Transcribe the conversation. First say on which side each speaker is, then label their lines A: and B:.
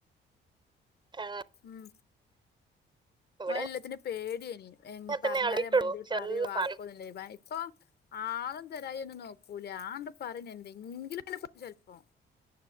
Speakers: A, on the right; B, on the left.
A: ആ,
B: ഉം.
A: ഇവിടെ
B: ഓനെല്ലത്തിനും പേട്‌യേനി
A: അങ്ങനെ
B: പർഞ്ഞാലമ്മളെന്തേലും
A: തന്നെ അളിയിട്ടുള്ളൂ ചെറിയ
B: പറ്‌യോ ആക്കോന്നല്ലേ
A: പാടും
B: ഇപ്പൊ ആളും തരായി ഒന്നും നോക്കൂല ആണ്ട് പറ്യന്നെഎന്തെങ്കിലുണ്ട് ചെൽപ്പം.